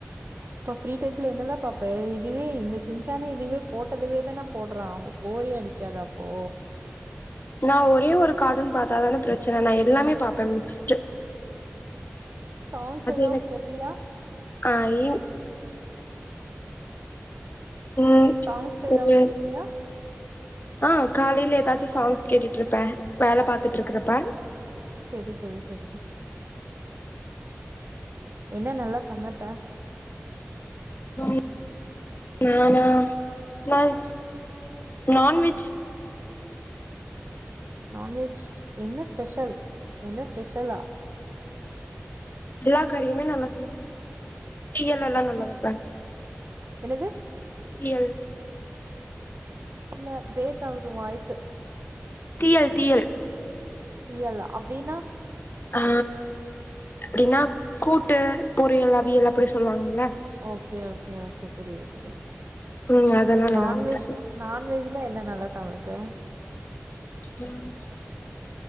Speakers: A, on the right; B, on the left.
A: அப்போ ஃப்ரீ டையத்துல என்னதா பாப்ப இதுவே இந்த சின்ச்சானே இதுவே போட்டதவே தான போடுறா போரே அடிக்காதா ப்போ
B: நா ஒரே ஒரு கார்டுன்னு பாத்தா தானே பிரச்சனை நா எல்லாமே பாப்பே மிக்ஸ்ட்டு
A: சாங்ஸ் எதோ
B: எனக்கு
A: கேப்பியா
B: ஆ இ ம்
A: சாங்ஸ்
B: தெரியாது
A: எதாவது கேப்பியா
B: ஆ காலையில எதாச்சு சாங்ஸ் கேட்டுட்டு இருப்பே வேல பாத்துட்டு இருக்குறப்பே
A: சரி சரி சரி என்ன நல்லா சமைப்பே
B: ம் நானா நான் நான்வெஜ்
A: நான்வெஜ் என்ன ஸ்பெஷல் என்ன ஸ்பெஷலா
B: எல்லா கறியுமே நல்லா சமைப்பே தீயல் எல்லா நல்லா வப்பே
A: என்னது
B: தீயல்
A: இல்ல பிரேக் ஆகுது ஓ வாய்ஸு
B: தீயல் தீயல்
A: தீயல் அப்டின்னா
B: ஆ அப்டின்னா கூட்டு பொரியல் அவியல் அப்டி சொல்லுவாங்கள
A: ஓகே ஓகே ஓகே புரியுது புரியுது
B: ம் அதெல்லா நல்லா
A: நான்வெஜ்ல
B: வைப்பே
A: நான்வெஜ்ல என்ன நல்லா சமைப்பே
B: <unintelligible>